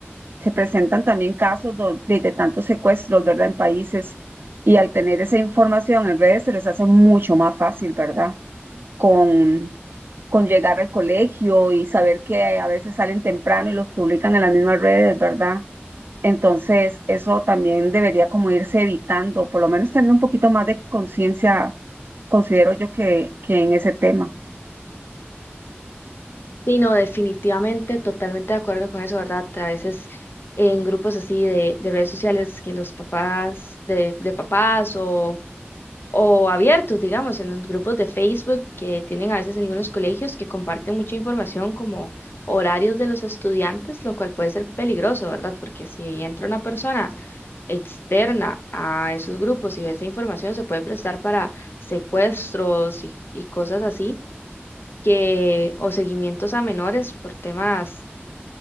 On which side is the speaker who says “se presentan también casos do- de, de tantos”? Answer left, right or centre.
Right